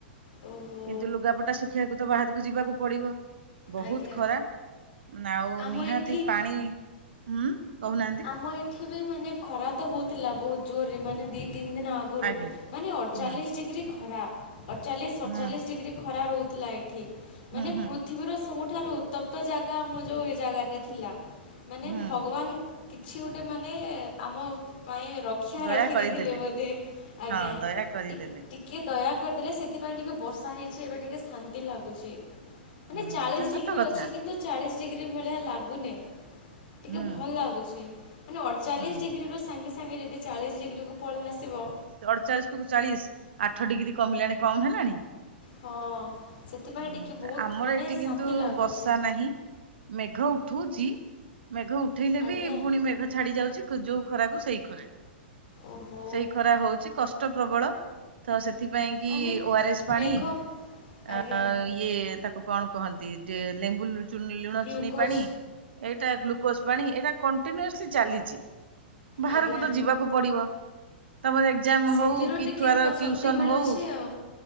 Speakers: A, on the left (about 60°); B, on the right (about 70°).
A: ଓହୋ
B: କିନ୍ତୁ ଲୁଗାପଟା ଶୁଖେଇବାକୁ ତ ବାହାରକୁ ଯିବାକୁ ପଡିବ? ବହୁତ
A: ଆଜ୍ଞା
B: ଖରା ଆଉ
A: ଆମ
B: ନିହାତି
A: ଏଠି
B: ପାଣି ହୁଁ। କହୁନାହାନ୍ତି
A: ଆମ ଏଠି ବି ମାନେ ଖରା ତ ହଉଥିଲା ବହୁତ ଜୋରରେ ମାନେ ଦି ତିନି ଦିନ ଆ ଗରୁ
B: ଆଜ୍ଞା
A: ମାନେ ଅଠଚାଲିଶ
B: ହୁଁ
A: ଡିଗ୍ରୀ ଖରା। ଅଠଚାଳିଶ ସତଚାଳିଶ
B: ହୁଁ
A: ଡିଗ୍ରୀ ଖରା ରହୁଥିଲା ଏଠି ମାନେ
B: ହୁଁ ହୁଁ
A: ପୃ ପୃଥିବୀର ସବୁଠାରୁ ଉତ୍ତପ୍ତ ଜାଗା ଆମ ଯେଉଁ ଏ ଜାଗାରେ ଥିଲା ମାନେ
B: ହୁଁ
A: ଭଗବାନ କିଛି ଗୋଟେ ମାନେ ଆମ ପାଇଁ ର ରଖିଆ
B: ଦୟା
A: ରଖିଦେଇଥିଲେ
B: କରିଦେଲେ
A: ବୋଧେ ଆଜ୍ଞା।
B: ହଁ ଦୟା କରିଦେଲେ
A: ଟିକେଦୟା କରିଦେଲେ ସେଥିପାଇଁ ଟିକିେ ବର୍ଷା ହେଇଛି ଏବେ ଟିକିେ ଶାନ୍ତି ଲାଗୁଛି। ମାନେ
B: ହଁ
A: ଚାଳିଶ
B: ଯେ
A: ଡିଗ୍ରୀ
B: ସତ କଥା
A: ଅଛି କିନ୍ତୁ। ଚାଳିଶ ଡିଗ୍ରୀ ଭଳିଆ ଲାଗୁନି ଟିକେ
B: ହୁଁ
A: ଭଲ ଲାଗୁଛି। ମାନେ ଅଠଚାଳିଶ
B: ହୁଁ
A: ଡିଗ୍ରୀରୁ ସାଙ୍ଗେ ସାଙ୍ଗେ ଯଦି ଚାଳିଶ ଡିଗ୍ରୀକୁ ପଳେଇ ଆସିବ।
B: ଅଠଚାଳିଶ କୁ ଚାଳିଶ ଆଠ ଡିଗ୍ରୀ କମିଲାଣି କମ ହେଲାଣି।
A: ହଁ ସେଥିପାଇଁ
B: ହୁଁ
A: ଟିକେ ବହୁତ
B: ତ ଆମର
A: ମାନେ
B: ଏଠି
A: ଶାନ୍ତି
B: କିନ୍ତୁ
A: ଲାଗୁଛି।
B: ବର୍ଷା ନାହିଁ। ମେଘ ଉଠଉଛି ମେଘ ଉଠେଇଲେ
A: ଆଜ୍ଞା
B: ବି ପୁଣି ମେଘ ଛାଡି ଯାଉଛି ଯୋଉ ଖରାକୁ ସେଇ ଖରା
A: ଓହୋ
B: ସେଇ ଖରା ହଉଛି କଷ୍ଟ ପ୍ରବଳ। ତ ସେଥିପାଇଁ କି
A: ଆନେ
B: ଓ ଆର ଏସ୍ ପାଣି।
A: ମେଘ
B: ଆ
A: ଆଜ୍ଞା
B: ଇଏ ତାକୁ କଣ କହନ୍ତି ଡେ ଲେମ୍ବୁ ଲୁ ଚୁ ଲୁଣ,
A: ଗ୍ଲୁକୋଜ୍
B: ଚିନି ପାଣି। ଏଇଟା ଗ୍ଲୁକୋଜ ପାଣି ଏଇଟା କଣ୍ଟିନ୍ୟୁସଲି ଚାଲିଛି। ବାହାରକୁ
A: ଆଜ୍ଞା
B: ତ ଯିବାକୁ ପଡିବ। ତମର ଏକ୍ସାମ
A: ସେଥିରୁ
B: ହଉ କି
A: ଟିକେ
B: ଛୁଆର
A: ତ
B: ଟ୍ୟୁସନ
A: ଶକ୍ତି ମିଳୁଛି
B: ହଉ।
A: ଆଉ।